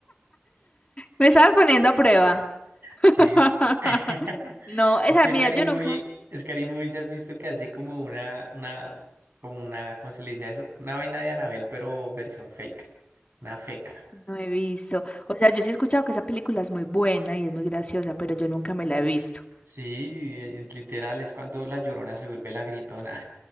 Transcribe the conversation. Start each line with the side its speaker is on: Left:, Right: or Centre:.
Left: Me estabas poniendo a prueba. <laughs>
Right: Sí. <laughs>
Left: No, esa,
Right: Es que
Left: mira,
Right: Scary
Left: yo
Right: Movie,
Left: nunca
Right: Scary Movie, si has visto que hace como una, una, como una, ¿cómo se le dice a eso? Una vaina de Anabel, pero versión fake, una feca.
Left: no he visto. O sea, yo sí he escuchado que esa película es muy buena y es muy graciosa, pero yo nunca me la he visto.
Right: Sí, eh, literal, es cuando la llorona se vuelve la gritona.